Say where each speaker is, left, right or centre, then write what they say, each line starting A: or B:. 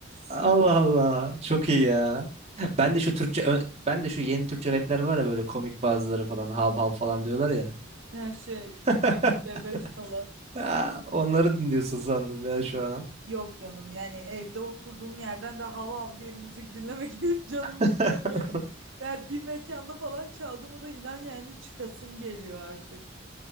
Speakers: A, on the right (about 35°); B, on the right (about 70°).
A: Allah Allah. Çok iyi ya. Ben de şu Türkçe ö- ben de şu yeni Türkçe rapler var ya böyle komik bazıları falan hav hav falan diyorlar ya.
B: Her şey
A: <laughs>
B: Level C5 falan.
A: Aa, Onları dinliyorsun sandım ya şu an.
B: Yok canım yani evde oturduğum yerden de hav hav diye müzik dinlemek <laughs> hiç canım
A: <laughs>
B: istemiyor. Yani bir mekanda falan çaldı mı da inan yani çıkasım geliyor artık.